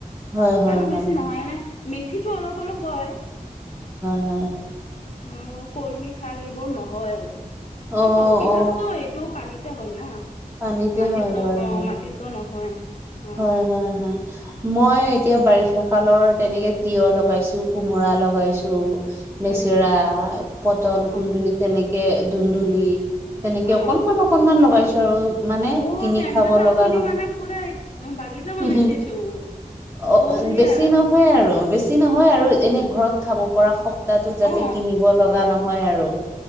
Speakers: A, on the right; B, on the left.
A: হয় হয় হয়
B: আৰু
A: হয়।
B: বেছি নহয় এনে মেথিটো অলপ অলপ হয়।
A: অ'।
B: আৰু কলমি শাক এইবোৰ নহয় আৰু,
A: অ
B: এ কলমি
A: অ
B: শাকটো এইটো পানীত হয় না,
A: পানীতে
B: মাটিতো
A: হয় বাৰু
B: হ,
A: হয়
B: মাটিতটো নহয়। অ
A: হয়, হয়, হয়। মই এতিয়া বাৰিষা কালৰ তেনেকে তিঁয়হ লগাইছো, কোমোৰা লগাইছো লেচেৰা,
B: আচ্ছা আচ্ছা
A: পটল,
B: অ
A: কুন্দুলি তেনেকে ধুন্দুলি তেনেকে
B: অ
A: অকনমান অকনমান লগাইছো আৰু, মানে
B: অ
A: কিনি
B: তেন্তেতো
A: খাব লগা
B: আপুনি
A: নহ
B: মানে পুৰা বাগিচা বনাইছেতো
A: হোহো। অ',
B: বঢ়িয়া
A: বেছি নহয় আৰু আৰু বেছি নহয় আৰু এনে ঘৰত খাব পৰা সপ্তাহটো যাতে
B: অ
A: কিনিব লগা নহয় আৰু।